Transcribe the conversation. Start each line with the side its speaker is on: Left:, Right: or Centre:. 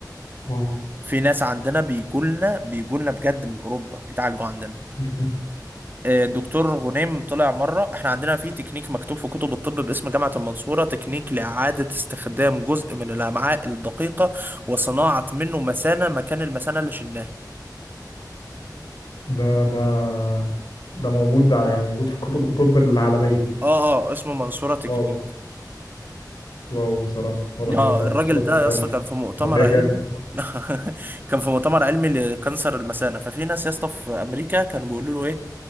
Left: واو
Right: في ناس عندنا بيجولنا بيجولنا بجد من أوروبا يتعالجوا عندنا
Left: مهم.
Right: آه، الدكتور غنيم طلع مرة احنا عندنا في تكنيك مكتوب في كتب الطب باسم جامعة المنصورة تكنيك لإعادة استخدام جزء من الأمعاء الدقيقة وصناعة منه مثانة مكان المثانة اللي شلناها
Left: ده ده ده موجود ده يعني موجود في كتب الطب العالمية
Right: اه اه اسمه منصورة تكنيك.
Left: واو واو بصراحة واضح
Right: اه
Left: ان المنصورة
Right: الراجل ده
Left: مودية
Right: يا اسطى
Left: في
Right: كان في مؤتمر
Left: مودية جامد
Right: علمي <laughs> كان في مؤتمر علمي لكانسر المثانه ففي ناس يا اسطى في امريكا كانوا بيقولوا له ايه